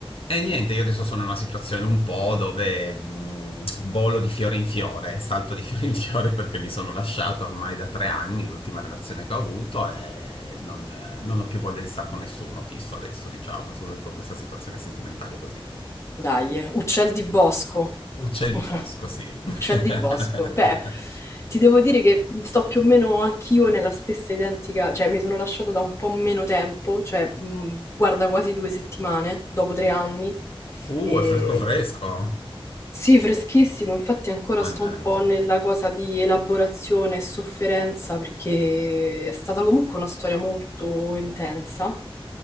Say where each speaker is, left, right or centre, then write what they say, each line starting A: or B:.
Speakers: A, on the left; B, on the left.
A: E niente, io adesso sono in una situazione un po' dove mh, volo di fiore in fiore, salto di <laughs> fiore in fiore perché mi sono lasciato ormai da tre anni, l'ultima relazione che ho avuto e non, eh, non ho più voglia di stare con nessuno fisso adesso, diciamo, sono un po' in questa situazione sentimentale così.
B: Dai, uccel di bosco.
A: Uccelli
B: <laughs>
A: bosco, sì. <laughs>
B: Uccel di bosco. Beh, ti devo dire che sto più o meno anch'io nella stessa identica, cioè mi sono lasciata da un po' meno tempo, cioè mh, guarda quasi due settimane, dopo tre anni.
A: Uh,
B: E...
A: è fresco fresco.
B: Sì, freschissimo, infatti ancora
A: Mannaggia.
B: sto un po' nella cosa di elaborazione e sofferenza perché è stata comunque una storia molto intensa